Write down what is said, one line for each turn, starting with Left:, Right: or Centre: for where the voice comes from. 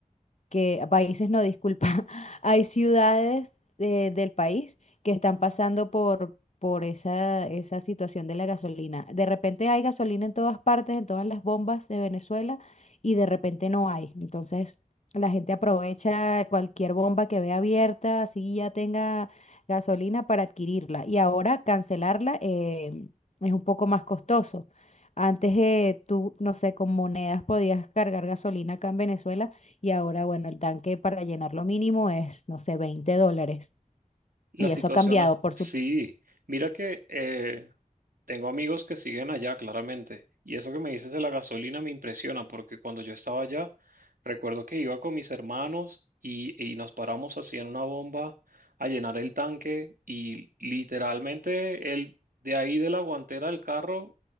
Left: que países no, disculpa, <laughs> hay ciudades eh, del país que están pasando por, por esa, esa situación de la gasolina. De repente hay gasolina en todas partes, en todas las bombas de Venezuela, y de repente no hay. Entonces, la gente aprovecha cualquier bomba que vea abierta, así ya tenga gasolina para adquirirla. Y ahora cancelarla eh, es un poco más costoso. Antes eh, tú, no sé, con monedas podías cargar gasolina acá en Venezuela y ahora, bueno, el tanque para llenar lo mínimo es, no sé, 20 dólares.
Right: Las
Left: Y eso
Right: situaciones,
Left: ha cambiado, por
Right: sí.
Left: supuesto.
Right: Mira que eh, tengo amigos que siguen allá, claramente. Y eso que me dices de la gasolina me impresiona, porque cuando yo estaba allá, recuerdo que iba con mis hermanos y, y nos paramos así en una bomba a llenar el tanque y literalmente él, de ahí de la guantera del carro,